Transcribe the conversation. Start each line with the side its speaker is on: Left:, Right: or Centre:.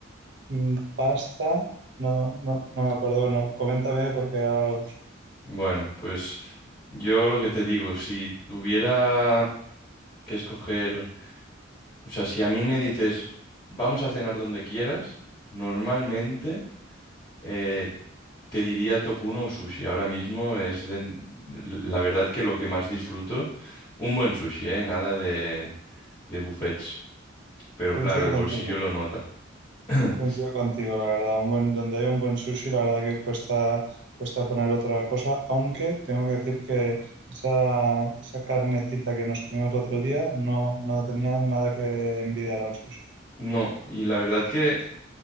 Right: mm, pasta. No, no, no me acuerdo. Bueno, coméntame porque ahora lo busco.
Left: Bueno, pues yo lo que te digo, si tuviera que escoger O sea, si a mí me dices, vamos a cenar donde quieras, normalmente eh, te diría top uno o sushi. Ahora mismo es de- la verdad que lo que más disfruto, un buen sushi, ¿eh? Nada de, de buffets. Pero
Right: coincido
Left: claro, el
Right: contigo.
Left: bolsillo lo nota. <clears throat>
Right: Coincido contigo, la verdad. Un buen, donde hay un buen sushi, la verdad que cuesta, cuesta poner otra cosa, aunque tengo que decir que esa, esa carnecita que nos comimos el otro día no, no tenía nada que envidiar al sushi.
Left: No, y la verdad que